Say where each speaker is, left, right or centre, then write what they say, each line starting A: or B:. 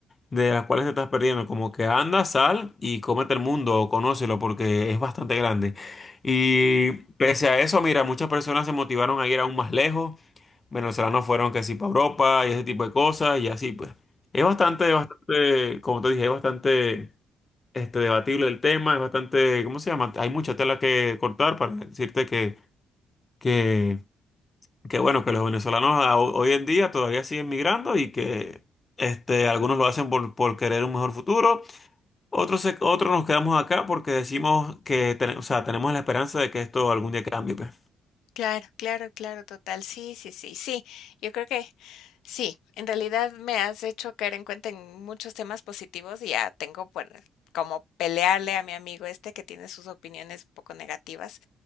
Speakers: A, on the left; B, on the left.
A: de las cuales te estás perdiendo. Como que anda, sal y cómete el mundo o conócelo porque es bastante grande. Y pese a eso, mira, muchas personas se motivaron a ir aún más lejos. Venezolanos fueron que sí para Europa y ese tipo de cosas y así pues. Es bastante, bastante, como te dije, es bastante este, debatible el tema, es bastante, ¿cómo se llama? Hay mucha tela que cortar para decirte que, que, que bueno, que los venezolanos a- hoy en día todavía siguen migrando y que este, algunos lo hacen por, por querer un mejor futuro, otro, se- otro nos quedamos acá porque decimos que ten- o sea, tenemos la esperanza de que esto algún día cambie. pues.
B: Claro, claro, claro, total. Sí, sí, sí, sí. Yo creo que sí, en realidad me has hecho caer en cuenta en muchos temas positivos y ya tengo pues como pelearle a mi amigo este que tiene sus opiniones un poco negativas